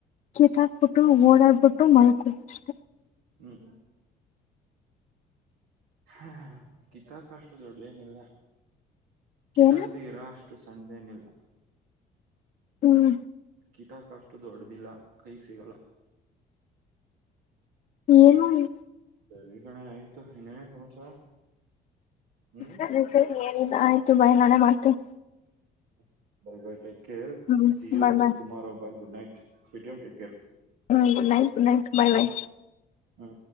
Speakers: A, on the left; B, on the right.
A: ಕೀತ ಹಾಕ್ಬಿಟ್ಟು ಓಡಾಡ್ಬಿಟ್ಟು ಮಲ್ಕೋ ಅಷ್ಟೇ
B: ಹ್ಮ್ ಹಾ ಕಿತ್ತು ಹಾಕುವಷ್ಟು ದೊಡ್ದೇನಿಲ್ಲ ಕಿತಾಕ್ದೆ
A: ಏನ
B: ಇರುವಷ್ಟು ಅಷ್ಟು ಸಣ್ಣದೇನಿಲ್ಲ
A: ಹ್ಮ್
B: ಕಿತಕಾ ಆಷ್ಟ ದೊಡ್ಡದಿಲ್ಲ ಕೈ ಸಿಗಲ್ಲ
A: ಏನು ಇದು
B: ಸರಿ ಕಣೆ ಆಯ್ತು ಇನ್ನೇನೇ ಸಮಾಚಾರ ಹ್ಮ್
A: ಸರಿ ಸರಿ ಎನ್ನಿಲಾ ಆಯ್ತ ಬೈ ನಾಳೆ ಮಾಡ್ತೀನಿ
B: ಸರಿ ಬೈ ಟೇಕ್ ಕೇರ
A: ಹ್ಮ್
B: see you
A: bye bye
B: tomorrow bye good night sweet dream take care
A: ಹ್ಞ good night good night bye bye
B: ಹ್ಮ